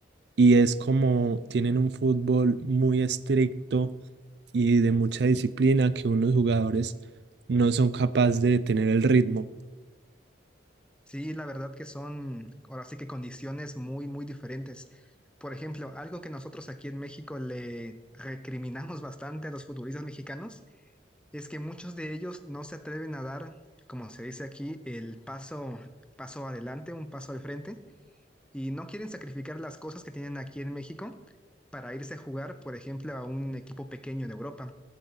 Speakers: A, on the right; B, in the centre.
A: y es como tienen un fútbol muy estricto y de mucha disciplina que unos jugadores no son capaces de tener el ritmo.
B: Sí, la verdad que son ahora sí que condiciones muy, muy diferentes. Por ejemplo, algo que nosotros aquí en México le recriminamos bastante a los futbolistas mexicanos Es que muchos de ellos no se atreven a dar, como se dice aquí, el paso, paso adelante, un paso al frente, y no quieren sacrificar las cosas que tienen aquí en México para irse a jugar, por ejemplo, a un equipo pequeño de Europa,